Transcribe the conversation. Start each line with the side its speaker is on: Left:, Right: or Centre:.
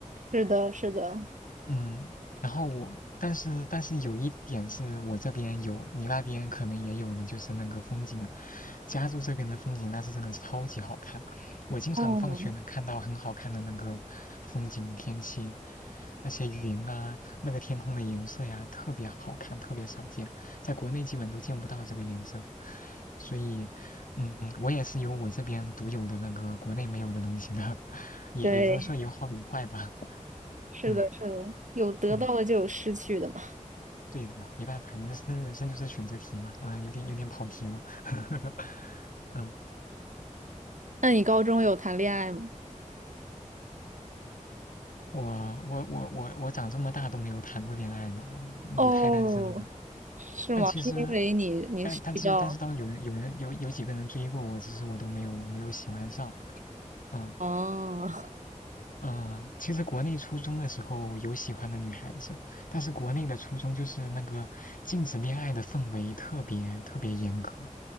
Right: 是的，是的，
Left: 嗯，然后我，但是但是有一点是我这边有，你那边可能也有的，就是那个风景。加州这边的风景那是真的超级好看，我经常放学能看到很好看的那个风景天气，
Right: 哦，
Left: 那些云啊，那个天空的颜色呀，特别好看，特别少见，在国内基本都见不到这个颜色。所以，嗯，我也是有我这边独有的那个国内没有的东西的，<laughs> 也也是说有好有坏吧，
Right: 对，是的，
Left: 嗯
Right: 是的，有得到的就有失去的嘛。
Left: 嗯。对的，没办法，人生人生就是选择题嘛。啊、有点有点跑题了。<laughs> 嗯，
Right: 那你高中有谈恋爱吗？
Left: 我我我我我长这么大都没有谈过恋爱呢，母胎单身呢。
Right: 哦，是吗？
Left: 但其实，
Right: 是因为你你是比较
Left: 但但是但是倒是有人有人有有几个人追过我，只是我都没有没有喜欢上。嗯
Right: 哦，<laughs>
Left: 嗯，其实国内初中的时候有喜欢的女孩子，但是国内的初中就是那个禁止恋爱的氛围特别特别严格，